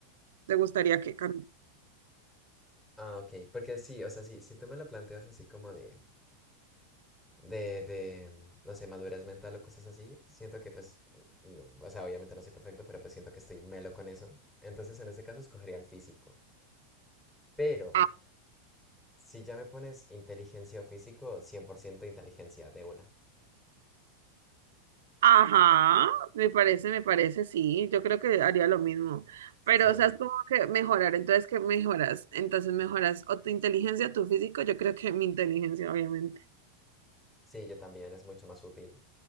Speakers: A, on the right; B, in the centre.
A: ¿Te gustaría que... cam-
B: Ah, ok, porque sí, o sea, sí, si tú me lo planteas así como de, de, de, mm, no sé, madurez mental o cosas así, siento que pues, mm, mm, o sea, obviamente no soy perfecto, pero pues siento que estoy melo con eso. Entonces, en este caso, escogería el físico. Pero,
A: Ah,
B: si ya me pones inteligencia o físico, 100% inteligencia de una.
A: Ajá, me parece, me parece, sí. Yo creo que haría lo mismo.
B: Sí,
A: Pero, o sea, es como que mejorar. Entonces, ¿qué mejoras? Entonces mejoras o tu inteligencia, tu físico. Yo creo que mi inteligencia, obviamente.
B: sí, yo también, es mucho más útil.